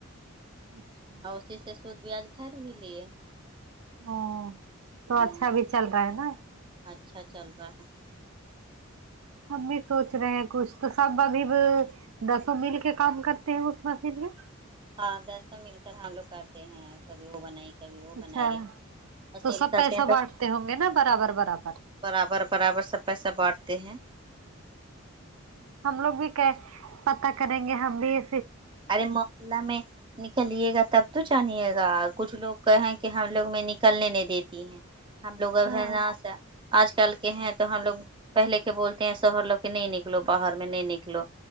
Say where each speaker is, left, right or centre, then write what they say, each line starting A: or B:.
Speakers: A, on the right; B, on the right.
A: اچھا
B: اور اسی سے سودد بیاج بھر بھی لیے
A: او تو
B: ہاں
A: اچھا بھی چل رہا ہے نا
B: اچھا چل رہا ہے
A: ہم بھی سوچ رہے ہیں کچھ تو سب ابھی دسوں مل کے کام کرتے ہیں اس مشین میں
B: ہاں دسو مل کر ہم لوگ کرتے ہیں کبھی وہ بنائی کبھی وہ
A: اچھا
B: بنائی اور سیل
A: تو سب
B: کرتے
A: پیسہ
B: ہیں تو
A: بانٹتے ہوں گے نا برابر برابر
B: برابر برابر سب پیسہ بانٹتے ہیں
A: ہم لوگ بھی کہ پتاہ کریں گے ہم بھی ایے
B: ارے محلہ میں نکلیے گا تب تو جانیے گا کچھ لوگ کہیں کہ ہم لوگ میں نکلنے نہیں دیتی ہم لوگ
A: ہاں
B: ہے نہ آج کل کے ہیں تو ہم لوگ پہلے کے بولتے ہیں سہر لو کہ نہیں نکلو باہر میں نہیں نکلو